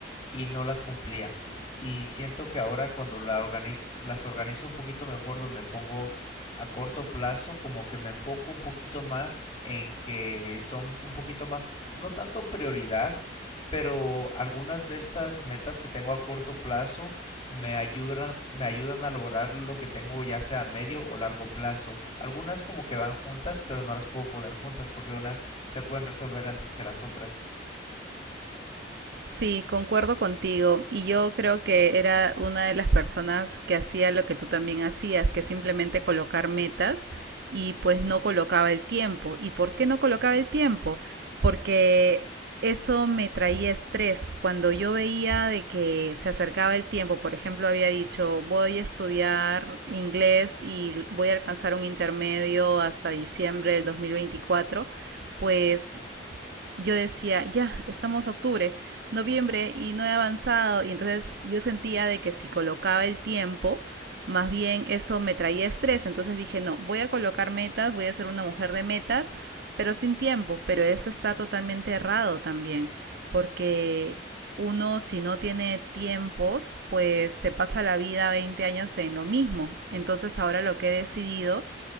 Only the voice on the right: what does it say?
Sí, concuerdo contigo. Y yo creo que era una de las personas que hacía lo que tú también hacías, que simplemente colocar metas y pues no colocaba el tiempo. ¿Y por qué no colocaba el tiempo? Porque eso me traía estrés. Cuando yo veía de que se acercaba el tiempo, por ejemplo, había dicho, voy a estudiar inglés y voy a alcanzar un intermedio hasta diciembre del 2024. pues yo decía, ya, estamos octubre, noviembre y no he avanzado. Y entonces yo sentía de que si colocaba el tiempo, más bien eso me traía estrés. Entonces dije, no, voy a colocar metas, voy a ser una mujer de metas, pero sin tiempo. Pero eso está totalmente errado también, porque uno si no tiene tiempos, pues se pasa la vida 20 años en lo mismo. Entonces ahora lo que he decidido